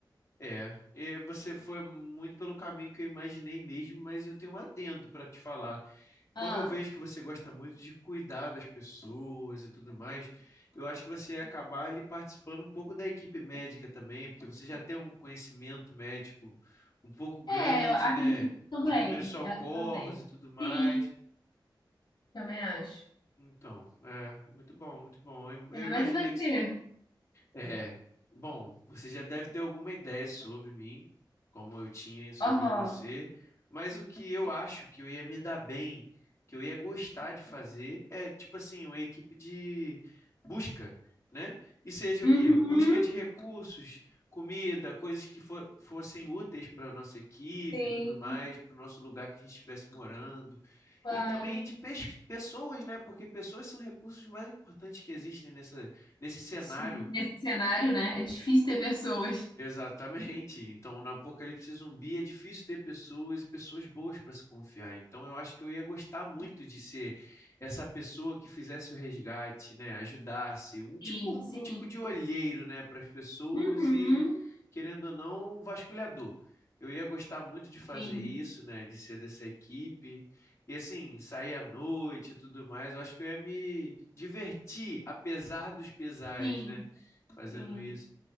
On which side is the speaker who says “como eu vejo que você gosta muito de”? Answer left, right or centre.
Left